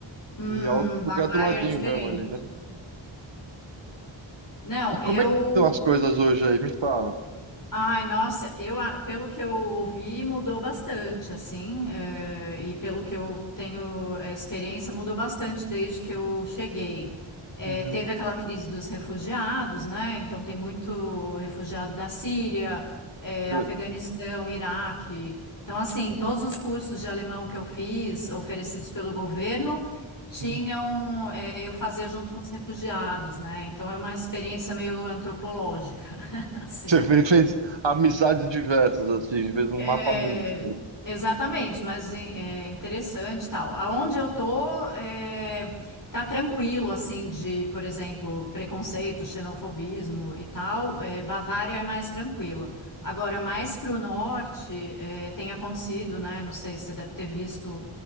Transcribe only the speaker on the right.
E algo lugar
do ladinho
mesmo ali, né?
E como
é que estão as coisas hoje aí? Me fala.
Uhum,
Putz,
uhum.
Você
fe- fez amizades diversas, assim, fez um
mapa mundo.